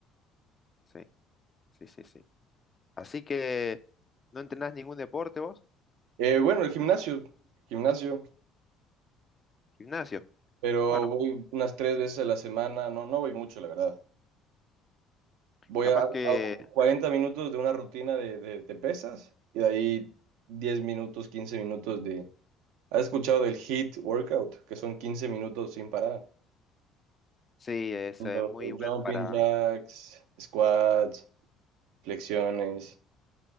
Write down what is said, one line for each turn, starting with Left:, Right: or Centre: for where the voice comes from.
Left: Sí, sí, sí, sí. Así que, ¿no entrenás ningún deporte vos?
Right: Eh, bueno, el gimnasio, gimnasio,
Left: Gimnasio.
Right: pero
Left: Bueno,
Right: voy unas tres veces a la semana, no, no voy mucho, la verdad. Voy
Left: capaz
Right: a, hago
Left: que
Right: 40 minutos de una rutina de, de- de pesas y de ahí 10 minutos, quince minutos de... ¿Has escuchado del HIIT workout? Que son 15 minutos sin parar.
Left: sí, eso
Right: Haciendo
Left: es, eh, muy bueno
Right: Jumping
Left: para,
Right: jacks, squats, flexiones.